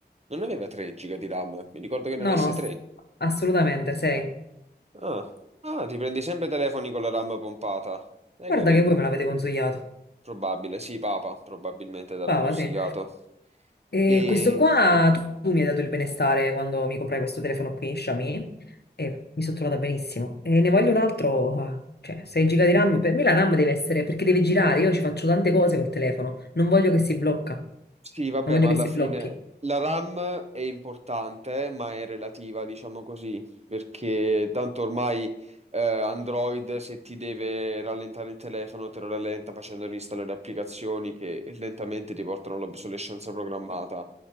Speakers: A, on the right (about 35°); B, on the left (about 65°).
A: non aveva 3 giga di RAM. Mi ricordo che ne avesse
B: No, no, ass-
A: 3.
B: assolutamente 6.
A: Ah. Ah, ti prendi sempre telefoni con la RAM pompata. Hai
B: Guarda
A: capito?
B: che voi me l'avete consigliato.
A: Probabile. Sì, Papa, probabilmente te l'ha
B: Brava,
A: consigliato.
B: sì. E
A: E...
B: questo qua, tu tu mi hai dato il benestare quando mi comprai questo telefono qui, Xiaomi, e mi sono trovata benissimo. E ne voglio un altro, ah, cioè 6 giga di RAM, per me la RAM deve essere, perché deve girare, io ci faccio tante cose col telefono, non voglio che si blocca,
A: Sì, vabbè,
B: non voglio
A: ma alla
B: che si
A: fine
B: blocchi.
A: la RAM è importante, eh, ma è relativa, diciamo così, perché tanto ormai eh, Android se ti deve rallentare il telefono te lo rallenta facendo installare applicazioni che lentamente ti portano all'obsolescenza programmata,